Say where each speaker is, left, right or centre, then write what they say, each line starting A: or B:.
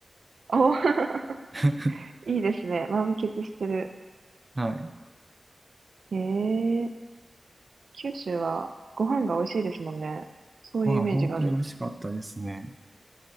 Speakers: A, on the right; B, on the right.
A: あ、<laughs>
B: <laughs>
A: いいですね。満喫してる。
B: はい。
A: ええ九州はご飯が美味しいですもんね。そういうイメージがある。
B: ご飯本当に美味しかったですね。